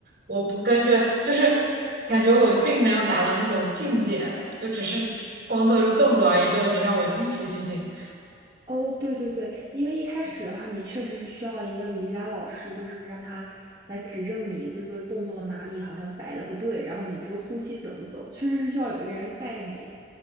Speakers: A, on the right; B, on the right.
A: 我不跟着，就是感觉我并没有达到那种境界，就只是光做一个动作而已，都已经让我精疲力尽。
B: 哦，对对对，因为一开始的话，你确实是需要一个瑜伽老师，就是让他来指正你这个动作哪里好像摆的不对，然后你这个呼吸怎么走，确实是需要有一个人带你。